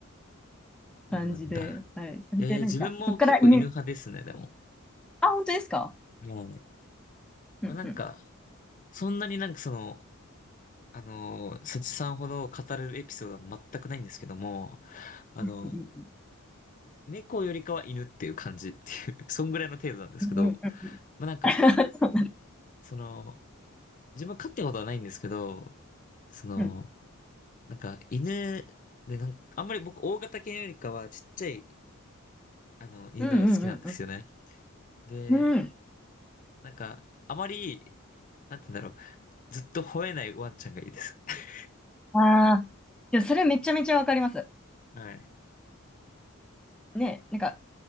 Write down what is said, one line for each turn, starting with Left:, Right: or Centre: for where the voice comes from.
Left: そうなんだ。
Centre: 感じで、はい。それで、
Left: えー、
Centre: なんか、
Left: 自分も結構犬派ですね、
Centre: そっから犬
Left: でも。
Centre: あ、本当ですか
Left: はい。
Centre: うんうん。
Left: まあなんか、そんなになんかその、あのー、サチさんほど語れるエピソードは全くないんですけども、あの、
Centre: うん
Left: 猫よりかは犬っていう感じっていう、<laughs> そんぐらいの程度なんですけど、
Centre: うんうん。
Left: まあなんか、
Centre: <laughs> そうなん
Left: その、自分飼ってことはないんですけど、その、
Centre: うん
Left: なんか犬でなんか、あんまり僕大型犬よりかはちっちゃい、あの、犬のが好きなんですよね。
Centre: うんうんうん
Left: で、
Centre: うん。うん。
Left: なんか、あまり、なんて言うんだろう、ずっと吠えないワンちゃんがいいです。<laughs>
Centre: ああ。でも、それめちゃめちゃわかります。
Left: はい。
Centre: ね、なんか、